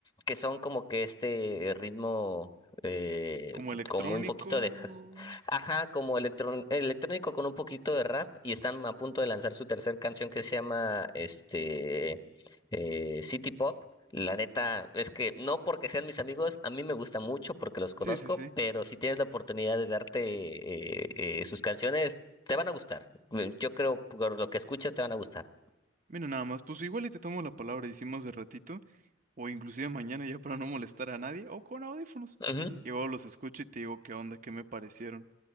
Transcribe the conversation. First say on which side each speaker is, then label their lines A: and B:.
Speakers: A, on the left (about 25°); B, on the right (about 45°).
A: que son como que este ritmo eh,
B: Como electrónico.
A: como un poquito de Ajá, como electrón- electrónico con un poquito de rap y están a punto de lanzar su tercer canción que se llama este eh, City Pop. La neta es que no porque sean mis amigos, a mí me gusta mucho porque los conozco,
B: Sí, sí, sí.
A: pero si tienes la oportunidad de darte eh, eh, sus canciones, te van a gustar. Eh, Yo creo por lo que escuchas te van a gustar.
B: Mira, nada más, pues igual y te tomo la palabra, hicimos de ratito, o inclusive mañana ya para no molestar a nadie, o con audífonos.
A: Ujú.
B: Y luego los escucho y te digo qué onda, qué me parecieron.